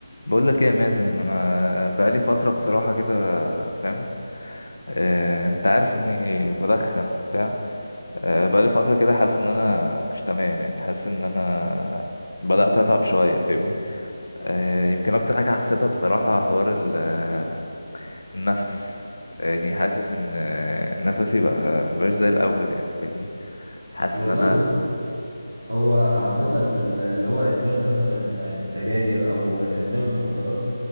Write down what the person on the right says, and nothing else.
والله
بص هو عامة ال- اللي هو إدمان مثلا السجاير أو إدمان المخدرات